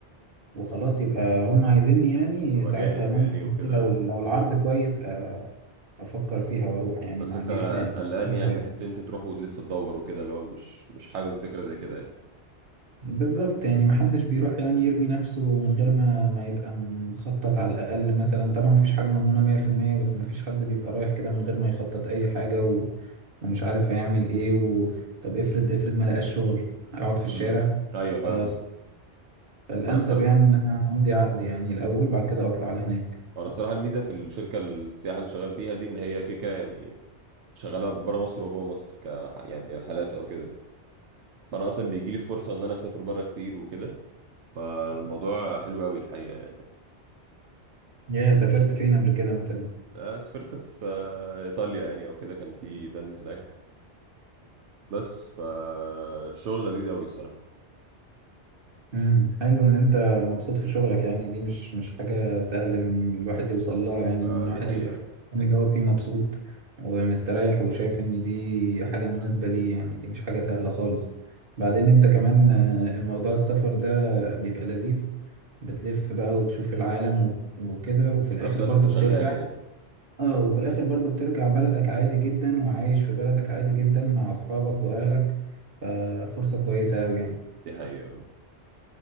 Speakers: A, on the right; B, on the right.
A: وخلاص يبقى هم عايزيني يعني
B: تبقى
A: ساعتها
B: جاهز
A: ممكن
B: يعني وكده
A: لو لو العرض كويس آه، افكر فيها واروح يعني
B: بس
A: ما
B: انت
A: عنديش مانع
B: قلقان
A: إيه
B: يعني
A: رأيك؟
B: من حته انت تروح ولسه تدور وكده اللي هو مش مش حابب فكره زي كده يعني
A: بالظبط يعني محدش بيروح يعني يرمي نفسه من غير ما ما يبقى مخطط على الأقل مثلا طبعا مفيش حاجة مضمونة مية في المية بس مفيش حد بيبقى رايح كده من غير ما يخطط أي حاجة و... ومش عارف هيعمل إيه و... طب افرض افرض ما لقاش شغل هيقعد في الشارع
B: امم ايوه فاهم
A: ف...
B: قصدك
A: فالأنسب
B: انا الصراحه
A: يعني إن أنا أمضي عقد يعني الأول بعد كده أطلع على هناك
B: انا الصراحه الميزه في الشركه السياحه اللي شغال فيها دي ان هي كيكه يعني شغاله بره مصر وجوه مصر ك يعني رحلات او كده فانا اصلا بيجي لي فرصه ان انا اسافر بره كتير وكده فالموضوع حلو قوي الحقيقه يعني
A: يا سافرت فين قبل كده مثلا
B: آه، سافرت في آه، ايطاليا يعني او كده كان في ايفنت هناك بس فالشغل لذيذ قوي الصراحه
A: امم حلو ان انت مبسوط في شغلك يعني دي مش مش حاجة سهلة ان الواحد يوصل لها يعني
B: آه،
A: ان الواحد
B: دي حقيقه
A: يبقى في المكان اللي هو فيه مبسوط ومستريح وشايف ان دي حاجة مناسبة ليه يعني دي مش حاجة سهلة خالص بعدين انت كمان آه، موضوع السفر ده بيبقى لذيذ بتلف بقى وتشوف العالم و- وكده وفي الاخر
B: في نفس الوقت
A: برضو
B: انت شغال
A: بترجع
B: يعني
A: اه وفي الاخر برضو بترجع بلدك عادي جدا وعايش في بلدك عادي جدا مع اصحابك واهلك ففرصة كويسة اوي يعني
B: دي حقيقه